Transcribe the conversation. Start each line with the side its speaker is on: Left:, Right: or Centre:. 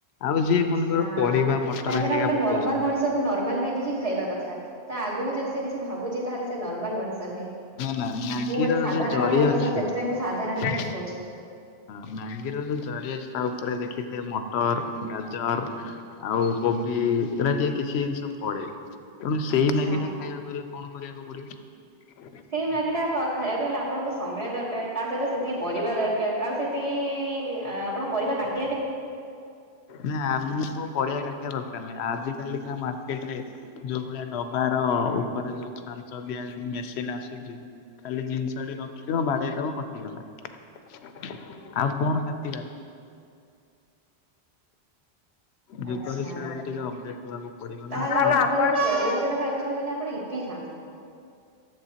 Left: ଆଉ ଯିଏ। ମନେକର
Right: ହଁ
Left: ପରିବା ମଟର
Right: କାହିଁକି
Left: ହେରିକା
Right: ନା ଗୋଟେ
Left: ପକଉଛନ୍ତି
Right: ନର୍ମାଲ ମଣିଷ କୁ ନର୍ମାଲ ମ୍ୟାଗି ହିଁ ଖାଇବା କଥା ତା ଆଗକୁ ଯଦି ସେ କିଛି ଭାବୁଛି ତା ହେଲେ ସେ ନର୍ମାଲ ମଣିଷ ନୁହେଁ।
Left: ନା ମ୍ୟାଗିର
Right: ମୁଁ ଗୋଟେ ସାଧାରଣ
Left: ଯୋଉ ଜରି
Right: ମଣିଷ
Left: ଅଛି
Right: ସେଥିପାଇଁ ମୁଁ ସାଧାରଣ
Left: ହଁ
Right: ମ୍ୟାଗି ଖାଉଛି
Left: ମ୍ୟାଙ୍ଗିର ଯୋଉ ଜରିଆ ଅଛି ତା ଉପରେ ଦେଖିଥିବେ ମ ମଟର ଗାଜର ଆଉ କୋବି ଏଟ ଟିକେ କିଛି ଜିନିଷ ପଡେ। ତେଣୁ ସେଇ
Right: ଆଚ୍ଛା।
Left: ମ୍ୟାଗି ଟା ଖାଇବାକୁ ହେଲେ କଣ କରିବାକୁ ପଡିବ।
Right: ସେଇ ମାଗି ଟ ଖାଇବାକୁ ହେଲେ ଆପଣଙ୍କୁ ସମୟ ଦରକାର। ତା ସହିତ ସେତିକି ପରିବା ଦରକାର, ଆଉ ସେତିକି ଆପଣଙ୍କ ପରିବା କାଟି
Left: ନା ଆମେ ତ ପରଆ କା ଦରକାର ନାହି ଆଜି କାଲି କା ମାର୍କେଟ ରେ ଯୋଉ ଭଳିଆ ଡବାର ଉପରେ ଯୋଉ ଛାଞ୍ଚ ଦିଆ ମେସିନ ଆସୁଛି ଖାଲି ଜିନିଷ ରଖିବବାଡେଇ ଦବ କଟିଗଲା ଆଉ କଣ କାଟିବା। ଯୁଗ
Right: ଆଛା
Left: ହିସାବରେ ଟିକେ ଅପଡେଟ ହବାକୁ ପଡିବ
Right: ତାହେଲେ
Left: ନା ଆଉ।
Right: ଆପଣ ଯଦି ପରିବା ସହିତ ଖାଇକବାକୁ ଚାହୁଁଛନ୍ତି ଆପଣ ୟୀପୀ ପିଇ ଖାଆନ୍ତୁ।